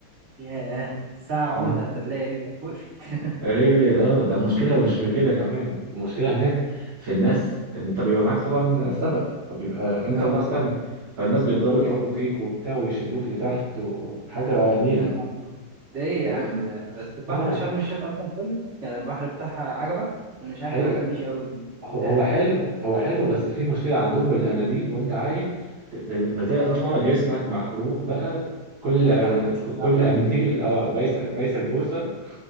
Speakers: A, on the right (about 55°); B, on the right (about 90°).
A: ياه ساعة
B: اه
A: عمدة انت تلاقي رجلك وقفت
B: رجلي اه ده المشكله مش في كده كمان المشكله هناك في الناس انت بيبقى معاك طبعا سبق فبيبقى انت
A: اه
B: وناس تانية فالناس بيفضلوا
A: ايوه
B: يضربوا فيك وبتاع ويشدوك لتحت وحاجه نيله
A: يا نهار أبيض. ده ايه يا
B: و...
A: عم ده بس بحر
B: اه
A: شرم الشيخ اصلا كله يعني البحر بتاعها عجبك انا مش عارف
B: حلو
A: ما عجبنيش قوي زي
B: هو
A: دهب
B: هو حلو
A: يعني
B: هو حلو بس في مشكله عندهم الاناديل وانت عايم ت- بتطلع
A: اه
B: جسمك محروق بقى كل
A: اتلسعت اتلسعت
B: كل انديل
A: منه، اتلسعت
B: اه بيسك
A: منه.
B: بيسك بوسه